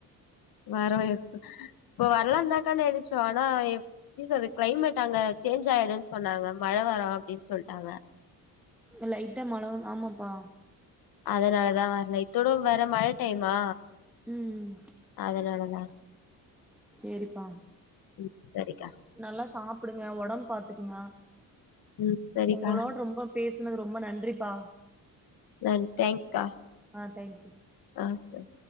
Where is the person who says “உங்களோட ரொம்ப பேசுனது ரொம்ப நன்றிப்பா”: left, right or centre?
Centre